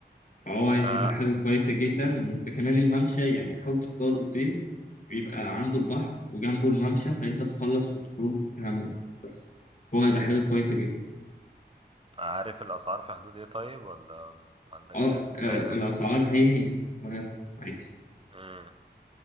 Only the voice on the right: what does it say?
آه،
عارف الأسعار في حدود ايه طيب ولا ما عندكش
علم؟
هي-
مم.